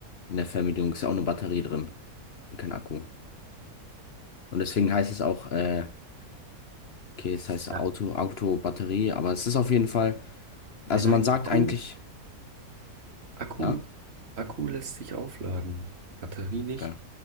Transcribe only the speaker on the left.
In der Fernbedienung ist ja auch eine Batterie drin und kein Akku. Und deswegen heißt es auch, äh, okay, es heißt
Auto, Auto, Batterie, aber es ist auf jeden Fall, also
man sagt
eigentlich,
ja,
geil.